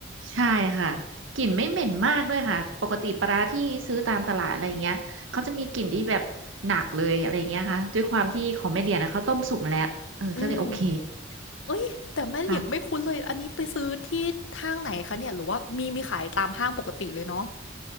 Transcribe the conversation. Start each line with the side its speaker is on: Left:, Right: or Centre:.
Right: ใช่ค่ะกลิ่นไม่เหม็นมากด้วยค่ะปกติปลาร้าที่ซื้อตามตลาดอะไรอย่างเงี้ยเขาจะมีกลิ่นที่แบบหนักเลยอะไรอย่างเงี้ยค่ะด้วยความที่ของแม่เหรียญนะเขาต้มสุกมาแล้วเออก็เลยโอเค
Left: อืมเอ้ยแต่แม่เหลียงไม่คุ้นเลยอันนี้ไปซื้อที่ห้างไหนคะเนี่ยหรือว่ามีมีขายตามห้างปกติเลยเนาะ
Right: ค่ะ